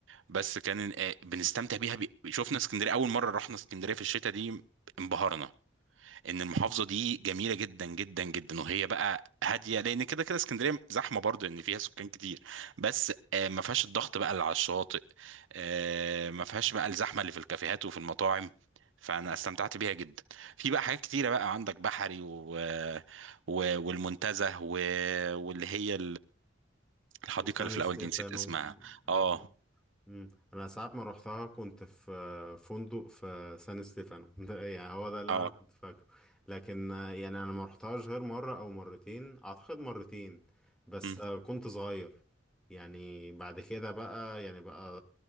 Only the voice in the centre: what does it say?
وسان
ستيفانو
آه،
أنا مم. انا ساعات ما روحتها كنت في فندق في سان ستيفانو ده يعني هو ده اللي
انا كنت فاكره لكن آه، يعني انا ما روحتهاش غير مره او مرتين اعتقد مرتين بس
آه، كنت صغير يعني بعد كده بقى يعني بقى